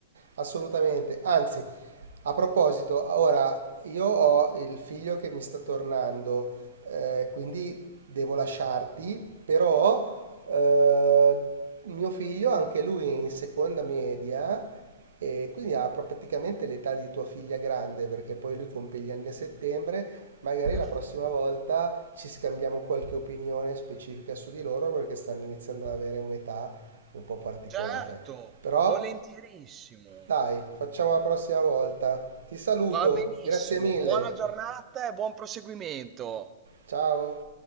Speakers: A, on the right (about 75°); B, on the right (about 30°).
A: Assolutamente. Anzi, a proposito, ora io ho il figlio che mi sta tornando, eh, quindi devo lasciarti, però eh, mio figlio, anche lui è in seconda media, e quindi ha praticamente l'età di tua figlia grande, perché poi lui compie gli anni a settembre, magari
B: Perfetto.
A: la prossima volta ci scambiamo qualche opinione specifica su di loro, perché stanno iniziando ad avere un'età un po' particolare.
B: Certo,
A: Però
B: volentierissimo.
A: dai, facciamo la prossima volta. Ti saluto,
B: Va benissimo.
A: grazie mille.
B: Buona giornata e buon proseguimento.
A: Ciao.